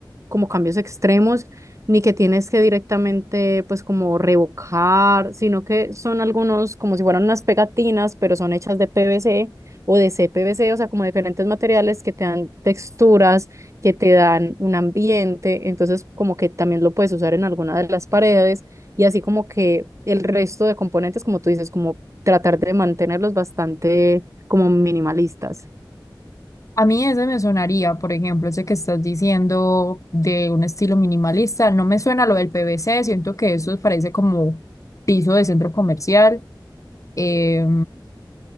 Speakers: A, on the right (about 40°); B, on the left (about 40°).
A: como cambios extremos, ni que tienes que directamente, pues, como revocar, sino que son algunos como si fueran unas pegatinas, pero son hechas de PVC o de CPVC, o sea, como diferentes materiales que te dan texturas que te dan un ambiente, entonces como que también lo puedes usar en alguna de las paredes y así como que el resto de componentes, como tú dices, como tratar de mantenerlos bastante como minimalistas.
B: A mí ese me sonaría, por ejemplo, ese que estás diciendo de un estilo minimalista, no me suena lo del PVC, siento que eso parece como piso de centro comercial. Eh,